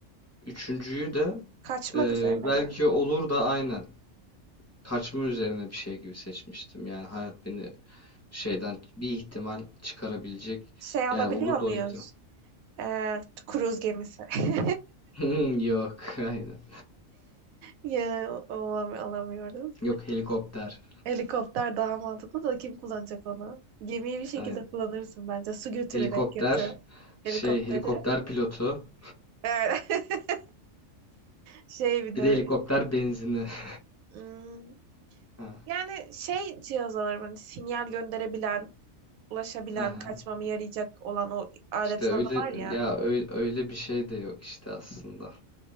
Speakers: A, on the left; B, on the right.
A: Üçüncüyü de
B: kaçmak
A: e,
B: üzerine
A: belki
B: mi?
A: olur da aynen kaçma üzerine bir şey gibi seçmiştim. Yani hayat beni şeyden bir ihtimal çıkarabilecek.
B: Şey alabiliyor
A: Yani olur
B: muyuz?
A: da o ihtimal.
B: Ee, kruz gemisi. <laughs>
A: <laughs> Yok aynen.
B: Ya olam- alamıyoruz.
A: Yok helikopter.
B: Helikopter daha mantıklı da kim kullanacak onu? Gemiyi bir şekilde
A: Aynen.
B: kullanırsın bence. Su götürür
A: Helikopter
B: en kötü. Helikopteri.
A: şey helikopter pilotu.
B: Evet. <laughs> Şey bir
A: Bir
B: de
A: de helikopter benzini. <laughs>
B: hmm,
A: Ha,
B: yani şey cihaz alırım hani sinyal gönderebilen, ulaşabilen,
A: ha, ha.
B: kaçmamı yarayacak olan o aletin
A: İşte öyle
B: adı var ya.
A: ya öyle, öyle bir şey de yok işte aslında.